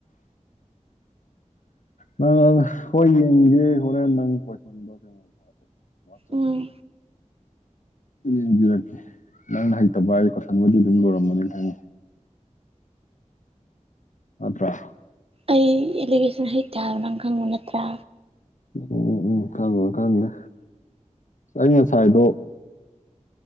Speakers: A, on the left; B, on the right.
A: ꯅꯪ ꯍꯣꯏ ꯌꯦꯡꯒꯦ ꯍꯣꯔꯦꯟ ꯅꯪ ꯀꯣꯏꯁꯟꯗꯣ ꯀꯩꯅꯣ ꯋꯥꯠꯆꯞ
B: ꯎꯝ
A: ꯌꯦꯡꯕꯤꯔꯛꯀꯦ ꯅꯪꯅ ꯍꯩꯇꯕ ꯍꯥꯏ ꯀꯣꯏꯁꯟꯕꯨꯗꯤ ꯑꯗꯨꯝ ꯂꯨꯔꯝꯃꯅꯤ ꯈꯪꯉꯦ ꯅꯠꯇ꯭ꯔꯥ
B: ꯑꯩ ꯑꯦꯂꯤꯒꯦꯁꯟ ꯍꯩꯇꯦ ꯍꯥꯏꯕ ꯅꯪ ꯈꯪꯕ ꯅꯠꯇ꯭ꯔꯥ
A: ꯎꯝ ꯎꯝ ꯈꯪꯅꯤ ꯈꯪꯅꯤ ꯑꯩ ꯉꯁꯥꯏꯗꯣ